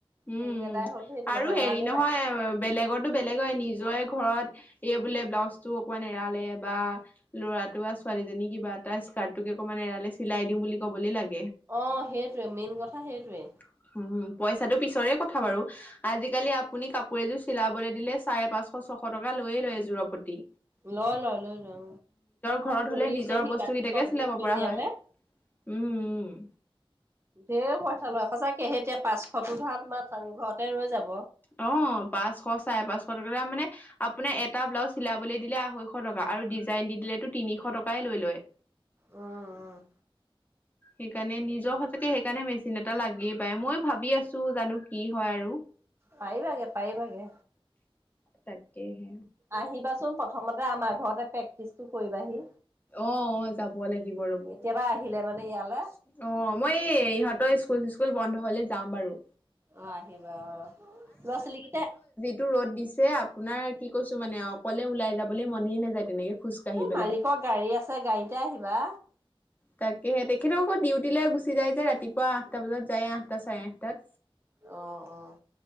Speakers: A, on the left; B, on the right.
A: উম
B: হেৰি এদাই হ'ল সেই তেনেকুৱা
A: আৰু হেৰি
B: কাৰণেই
A: নহয়
B: লাগে
A: বেলেগতো বেলেগৰে নিজৰে ঘৰত। এই বোলে ব্লাউজতো অকমান এৰালে বা ল'ৰাটো বা ছোৱালীজনী কিবা এটা স্কাৰ্টোকে অকমান এৰালে চিলাই দিম বুলি ক'বলে লাগে।
B: অ সেইটোৱে মেইন কথা সেইটোৱে।
A: উম পইচাটো পিছৰে কথা বাৰু। আজিকালি আপুনি কাপোৰ এযোৰ। চিলাবলৈ দিলে চাৰে পাঁচশ ছশ টকা লৈয়ে লয় এযোৰ পতি।
B: লয় লয় লৈ লয
A: ঘৰত
B: দহি
A: হলে নিজৰ
B: চহি
A: বস্তু
B: গাঠি
A: কেইটাকে
B: কমপ্লিট
A: চিলাব
B: কৰি
A: পৰা
B: দিয়ালে
A: হয় উম উম
B: ধেই পইচা লয় সঁচাকে এতিয়া পাঁচশটো ধৰা তোমাৰ ঘৰতে ৰৈ যাব।
A: অ পাঁচশ চাৰে পাঁচশ টকা ত মানে। আপোনাৰ এটা ব্লাউজ চিলাবলৈ দিলে আঢ়ৈশ টকা। আৰু ডিজাইন দি পেলাইটো, তিনিশ টকাই লৈ লয়।
B: অ, অ।
A: সেইকাৰণে নিজৰ, সঁচাকে সেইকাৰণে মেচিন এটা লাগিয়ে পায়, মইও ভাবি আছো জানো কি হয় আৰু
B: পাই ভাগে, পাই ভাগে।
A: তাকেহে।
B: আহিবাচোন, প্ৰথমতে আমাৰ ঘৰতে প্ৰেক্টিচ কৰিবাহি
A: অ, অ, যাব লাগিব ৰব।
B: কেতিয়াবা আহিলে মানে ইয়ালৈ।
A: অ, মই এই ইহঁতৰ স্কুল, চিছকুল বন্ধ হলে, যাম বাৰু।
B: অ, আহিবা অ, লৰা ছোৱালীকেইটা
A: জিটো ৰ'দ দিছে, আপোনাৰ কি কৈছো মানে অকলে, ওলাই যাবলৈ মনে নাযায় তেনেকে। খোজকাঢ়ি
B: এ
A: পেলাই
B: মালিকৰ গাড়ী আছে, গাড়ীতে আহিবা।
A: তাকেহে, তেখেতও আকৌ ডিউটিলে গুচি যায়, যে ৰাতিপুৱা আঠটা বজাত যায়, আঠটা চাৰে আঠটাত।
B: অ, অ।